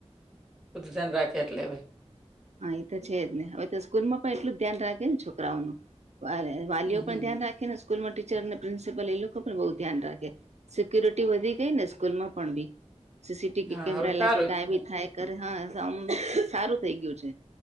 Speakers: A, in the centre; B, on the right (about 80°).
A: ઉુધન રાખટ લેબય.
B: હા એ તો છે જ ને હવે તો સ્કૂલ માં પણ એટલું જ ધ્યાન રાખે ને છોકરાઓનું વારે. વાલીઓ
A: હમ હમ
B: પણ ધ્યાન રાખે ને સ્કૂલમાં ટીચર અને પ્રિન્સિપલ એ લોકો પણ બઉુ ધ્યાન રાખે. સિક્યુરિટી વધી ગઈ ને સ્કૂલ માં પણ બી સીસીટીવી
A: હા
B: કેમેરા
A: હવે સારું
B: લાગ કાયબી
A: જ છે
B: થાય ઘરે હા સા સારું થઇ ગયું છે.